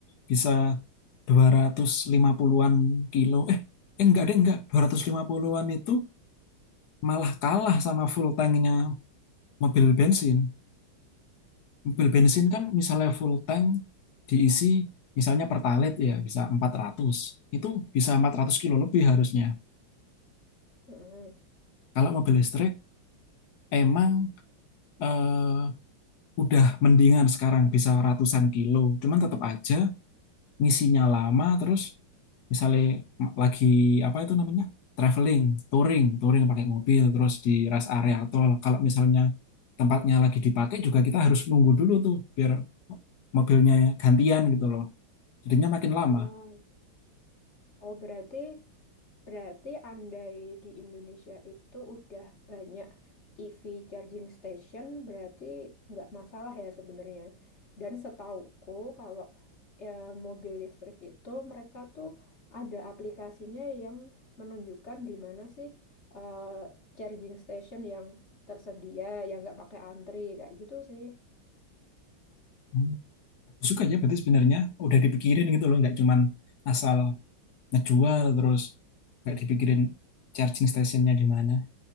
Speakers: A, on the left; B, on the left.
A: bisa 250-an kilo. Eh, eh enggak deh enggak 250-an itu malah kalah sama full tanknya mobil bensin. Mobil bensin kan misalnya full tank diisi misalnya pertalite ya bisa empat ratus Itu bisa 400 kilo lebih harusnya.
B: Mm-mm.
A: Kalau mobil listrik emang eh, udah mendingan sekarang bisa ratusan kilo. Cuman tetap aja ngisinya lama terus misalnya lagi apa itu namanya? traveling, touring, touring pakai mobil terus di rest area tol. Kalau misalnya tempatnya lagi dipakai juga kita harus nunggu dulu tuh biar mobilnya gantian gitu loh. Jadinya makin lama.
B: Oh, oh, berarti Berarti andai di Indonesia itu udah banyak EV charging station, berarti nggak masalah ya sebenarnya. Dan setauku kalau ya, mobil listrik itu mereka tuh ada aplikasinya yang menunjukkan di mana sih eh, charging station yang tersedia, yang nggak pakai antri kayak gitu sih.
A: Hmm. Bagus juga ya berarti sebenarnya udah dipikirin gitu loh nggak cuman asal ngejual terus nggak dipikirin charging stationnya di mana